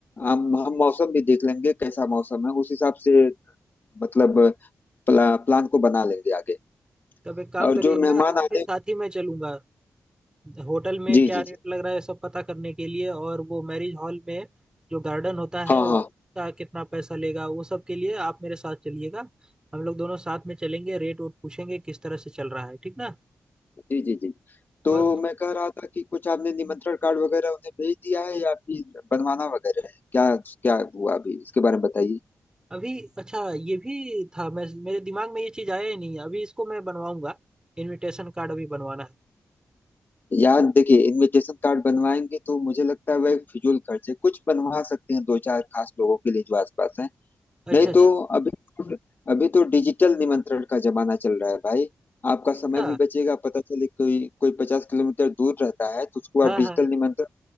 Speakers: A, on the left; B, on the right.
A: हम हम मौसम भी देख लेंगे कैसा मौसम है उस हिसाब से मतलब प्ला, प्लान को बना लेंगे आगे
B: तब एक काम
A: और
B: करिएगा
A: जो मेहमान
B: आपके
A: आने
B: साथ ही मैं चलूंगा होटल में
A: जी,
B: क्या
A: जी,
B: रेट
A: जी।
B: लग रहा है सब पता करने के लिए और वो मैरिज हॉल में जो गार्डन होता है
A: हाँ,
B: उसका
A: हाँ।
B: कितना पैसा लेगा वो सब के लिए आप मेरे साथ चलिएगा हम लोग दोनों साथ में चलेंगे रेट वोट पूछेंगे किस तरह से चल रहा है ठीक ना
A: जी, जी, जी। तो
B: और
A: मैं कह रहा था कि कुछ आपने निमंत्रण कार्ड वगैरह उन्हें भेज दिया है या फिर बनवाना वगैरह है? क्या क्या हुआ अभी इसके बारे में बताइए।
B: अभी अच्छा ये भी था मैं मेरे दिमाग में ये चीज़ आया ही नहीं है अभी इसको मैं बनवाऊंगा इनविटेशन कार्ड अभी बनवाना है
A: यार देखिए इनविटेशन कार्ड बनवाएंगे तो मुझे लगता है वह फिजूल खर्च है। कुछ बनवा सकते हैं दो चार खास लोगों के लिए जो आसपास हैं।
B: अच्छा
A: नहीं
B: अच्छा
A: तो अभी तो अभी तो डिजिटल निमंत्रण का जमाना चल रहा है भाई। आपका समय
B: हाँ,
A: भी बचेगा पता चले कोई कोई पचास किलोमीटर दूर रहता है तो उसको
B: हाँ
A: आप डिजिटल
B: हाँ
A: निमंत्रण